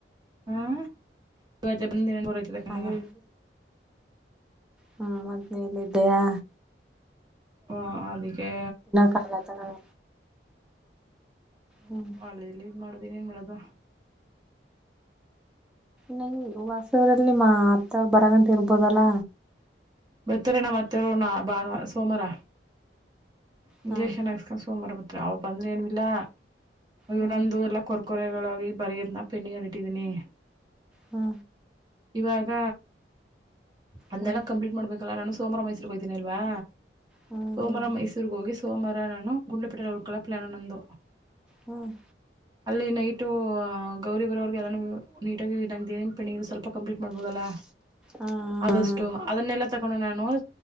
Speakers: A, on the right; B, in the centre.
A: ಹ ಇವ ಬಂದಿನ ಊರಯ್ತದೆ ಕಣಂಗ
B: ಅದೇ ಹ್ಮ್ ಮದ್ನೇಲ್ಲ ಇದಿದ್ದಯಾ
A: ಹಾ ಅದಕ್ಕೆ
B: ಕಾಲ ತಗಲ್ಲ
A: ಹ್ಮ
B: ಹ್ಮ್
A: ಅಲ್ಲಿ ಇಲ್ಲಿ ಇದ್ ಮಾಡದನ್ ಏನ್ ಮಾಡೋದು
B: ನೀ ಹೊಸರಲ್ಲಿ ನಿಮ್ಮ ಅತ್ತವರು ಬರಗಂಟ ಇರ್ಬೋದಲ್ಲ
A: ಬರ್ತಾರೆಣ ಮತ್ತೆರ ನಾ ಭಾನುವಾರ ಸೋಮಾರ ಇಂಜೆಕ್ಷನ್
B: ಹ್ಮ್
A: ಹಾಕ್ಸ್ಕೊಂಡ್ ಸೋಮವಾರ ಬತ್ ಅವವು ಬಂದ್ರೆ ಏನ್ವಿಲ್ಲಾ
B: ಹ್ಮ್
A: ಇನಂದು ಎಲ್ಲ ಕೊರ್ ಕೊರೆಗಳಾಗಿ ಬರೆಯೋದ್ನ ಪೆಂಡಿಗೆಲ್ಲಿ ಇಟ್ಟಿದ್ದೀನಿ
B: ಹ್ಮ
A: ಇವಾಗ ಅಂದೆಲ್ಲ
B: ಹ್ಮ್
A: ಕಂಪ್ಲೀಟ್ ಮಾಡ್ಬೇಕಲ್ಲ ನನ ಸೋಮರ ಮೈಸೂರಿಗೆಗೆ ಹೋಗ್ತೀನಿ ಅಲ್ವಾ
B: ಹ್ಮ್
A: ಸೋಮ್ರ
B: ಹ್ಮ್
A: ಮೈಸೂರು ಹೋಗಿ ಸೋಮಾರ ನಾನು ಗಂಡಪಟ್ಟಟೆಯಲ್ಲಿ ಉಳ್ಕೊಳ್ಳ ಪ್ಲ ನ ನಂದ
B: ಹ್ಮ್
A: ಅಲ್ಲಿ ನೈಟು ಗೌರಿ ಬರೋಗೆ ಎಲ್ಲ ನೀಟಾಗಿನ್ ಪಿಂಡಿಗೆ ಸ್ವಲ್ಪ ಕಂಪ್ಲೀಟ್ ಮಾಡ್ಬೋದಲ್ಲ
B: ಹ್ಮ್
A: ಆದಷ್ಟು ಅದನ್ನೆಲ್ಲ ತಗೊಂಡು ನಾನು